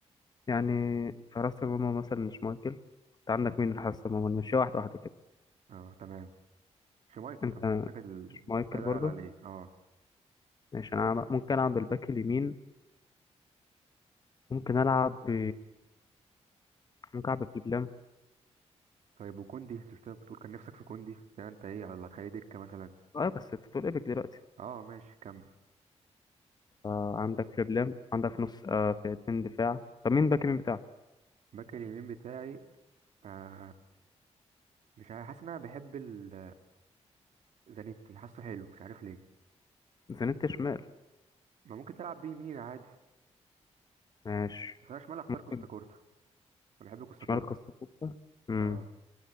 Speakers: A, on the left; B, on the right.
A: يعني في حراسه المرمى مثلا مش مايكل انت عندك مين في حراسه المرمى مش واحده واحده كده
B: اه تمام شمايكل
A: انت
B: طبعا شمايكل
A: مش مايكل
B: لا
A: برضه
B: يعلى عليه اه
A: ماشي انا عم- ممكن اعمل باك اليمين ممكن العب ب... ممكن العب بفليبلام
B: طيب وكوندي شفتها بتقول كان نفسك في كوندي ده انت ايه على هتخليه دكة مثلا
A: اه بس انت بتقول ايبك دلوقتي
B: اه ماشي كمل
A: فعندك فليبلام عندك في نص آه في اتنين دفاع طب مين باك يمين بتاعك
B: باك اليمين بتاعي آه مش عارف حاسس ان انا بحب ال- زانيتي حاسه حلو مش عارف ليه
A: زانيت شمال
B: ما ممكن تلعب بيه يمين عادي
A: ماشي
B: بس انا شمال اختار
A: ممكن
B: كوستا كورتا انا بحب كوستا
A: شمال
B: كورتا
A: كاستافوتا امم
B: اه